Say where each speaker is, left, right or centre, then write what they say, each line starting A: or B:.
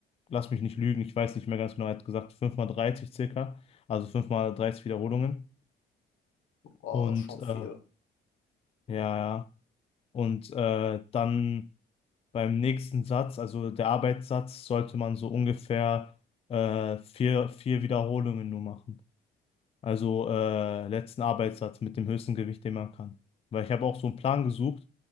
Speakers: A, on the left (about 30°); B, on the left (about 85°).
A: lass mich nicht lügen, ich weiß nicht mehr ganz genau, er hat gesagt 5x30 circa, also 5x30 Wiederholungen.
B: Oh,
A: Und
B: das ist schon
A: äh,
B: viel.
A: ja, ja. Und äh, dann. beim nächsten Satz, also der Arbeitssatz, sollte man so ungefähr äh, vier, vier Wiederholungen nur machen. Also äh, letzten Arbeitssatz mit dem höchsten Gewicht, den man kann. Weil ich habe auch so einen Plan gesucht,